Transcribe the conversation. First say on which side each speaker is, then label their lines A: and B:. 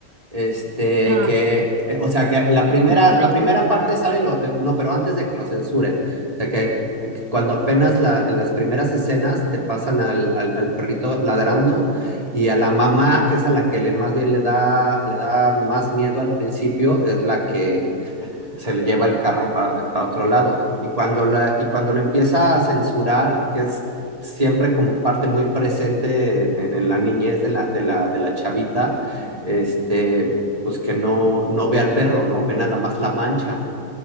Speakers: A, on the right (about 25°); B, on the right (about 80°).
A: este,
B: Ah,
A: que,
B: sí,
A: que- o sea, que la
B: que
A: primera,
B: lo censura
A: la primera
B: porque la...
A: parte sale, lo- eh, no, pero antes de que lo censuren. O sea, que, eh, que cuando apenas la- en las primeras escenas te pasan al, al, al perrito ladrando y a la mamá, que es a la que le, más bien le da, le da más miedo al principio, es la que se le lleva el carro para pa otro lado. Y cuando, la, y cuando lo empieza a censurar, que es siempre como parte muy presente en, en la niñez de la, de la, de la chavita, este, pues que no, no ve al perro, ¿no? Ve nada más la mancha.